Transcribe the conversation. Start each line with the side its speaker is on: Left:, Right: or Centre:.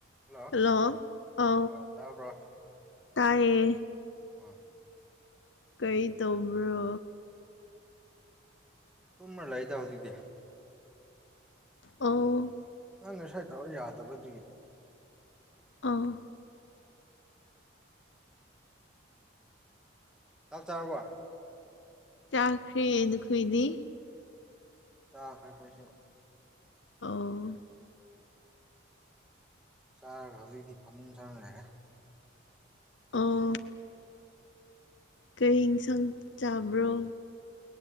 Centre: ꯍꯜꯂꯣ
Left: ꯍꯂꯣ ꯑ
Centre: ꯑꯣ ꯇꯥꯕ꯭ꯔꯣ
Left: ꯇꯥꯏꯌꯦ
Centre: ꯑꯥ
Left: ꯀꯔꯤ ꯇꯧꯕ꯭ꯔꯣ
Centre: ꯇꯨꯝꯃ ꯂꯩꯗ ꯍꯧꯖꯤꯛꯇꯤ
Left: ꯑꯧ
Centre: ꯅꯪ ꯉꯁꯥꯏ ꯇꯧꯔ ꯌꯥꯗꯕꯗꯨꯒꯤ
Left: ꯑꯥ
Centre: ꯆꯞ ꯆꯥꯔꯕ
Left: ꯆꯥꯛꯈ꯭ꯔꯦꯅ ꯑꯩꯈꯣꯏꯗꯤ
Centre: ꯆꯥꯈ꯭ꯔ ꯑꯩꯈꯣꯏꯁꯨ
Left: ꯑ
Centre: ꯆꯥꯔꯥꯒ ꯍꯧꯖꯤꯛꯇꯤ ꯐꯃꯨꯡ ꯆꯪꯂꯒ ꯂꯩꯔꯦ
Left: ꯑ ꯀꯔꯤ ꯁꯪ ꯆꯥꯕ꯭ꯔꯣ